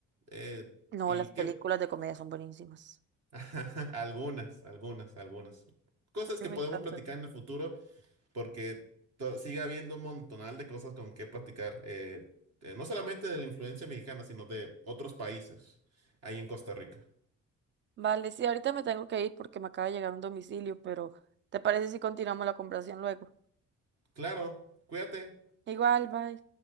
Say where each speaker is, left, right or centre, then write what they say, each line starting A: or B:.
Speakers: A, on the right (about 55°); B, on the right (about 40°).
A: Eh,
B: No,
A: y
B: las
A: que
B: películas de comedia son buenísimas.
A: <laughs> algunas, algunas, algunas. Cosas
B: que
A: que
B: me
A: podemos
B: encantan.
A: platicar en el futuro porque to- sigue habiendo un montonal de cosas con que platicar. eh, eh, no solamente de la influencia mexicana, sino de otros países ahí en Costa Rica.
B: Vale, sí, ahorita me tengo que ir porque me acaba de llegar un domicilio, pero ¿te parece si continuamos la conversación luego?
A: Claro, cuídate.
B: Igual, bye.